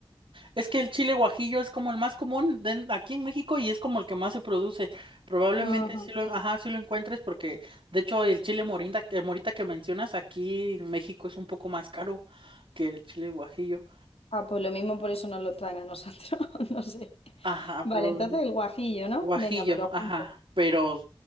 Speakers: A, on the right; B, on the left.
A: Es que el chile guajillo es como el más común den- aquí en México y es como el que más se produce. Probablemente
B: Ajá.
A: sí lo, ajá, sí lo encuentres porque de hecho el chile morinda, que morita que mencionas aquí en México es un poco más caro que el chile guajillo.
B: Ah, pues lo mismo por eso nos lo traen a nosotros, <laughs> no sé.
A: Ajá,
B: Vale,
A: probablemente
B: entonces el guajillo, ¿no?
A: Guajillo,
B: Venga, me lo apunto.
A: ajá, pero,